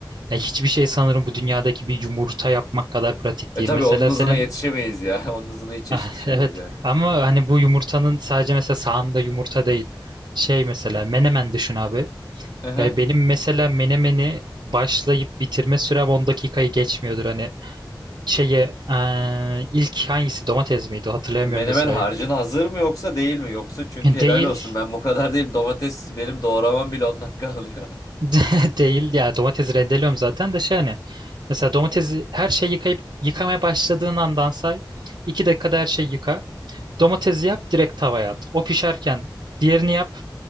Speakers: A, on the right; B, on the left.
A: ya hiçbir şey sanırım bu dünyadaki bir yumurta yapmak kadar pratik
B: E
A: değil.
B: tabii
A: Mesela
B: onun hızına
A: senin
B: yetişemeyiz ya. <laughs> Onun hızına hiç yetişemeyiz
A: <laughs> evet
B: yani.
A: ama hani bu yumurtanın sadece mesela sağında yumurta değil. Şey mesela menemen düşün abi.
B: <laughs>
A: Yani benim mesela menemeni başlayıp bitirme sürem 10 dakikayı geçmiyordur hani şeye eee, ilk hangisi domates miydi hatırlayamıyorum
B: Menemen
A: da sırayı.
B: harcın hazır mı yoksa değil mi? Yoksa çünkü
A: Değil.
B: helal olsun ben bu kadar değilim. Domates benim doğramam bile on dakika alıyor. <laughs>
A: <laughs> Değil ya domates rendeliyorum zaten de şey hani mesela domatesi her şeyi yıkayıp yıkamaya başladığın andan say 2 dakikada her şeyi yıka domatesi yap direkt tavaya at o pişerken diğerini yap